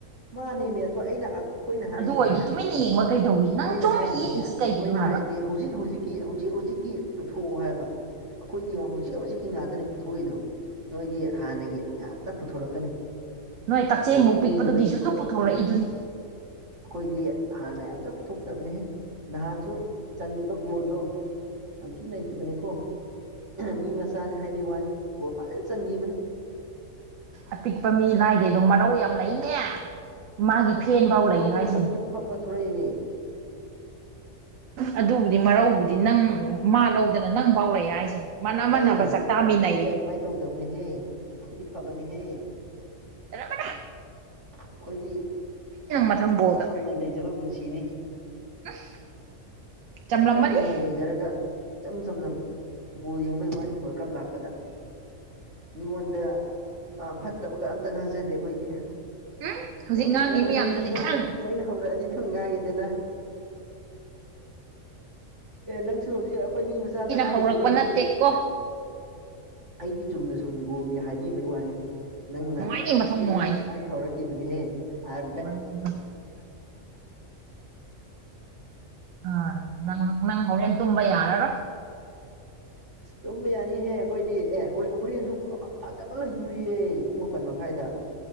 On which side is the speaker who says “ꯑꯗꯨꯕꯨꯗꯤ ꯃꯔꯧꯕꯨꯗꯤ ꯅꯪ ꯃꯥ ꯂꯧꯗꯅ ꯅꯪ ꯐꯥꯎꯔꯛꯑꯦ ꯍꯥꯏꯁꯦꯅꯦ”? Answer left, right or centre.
Right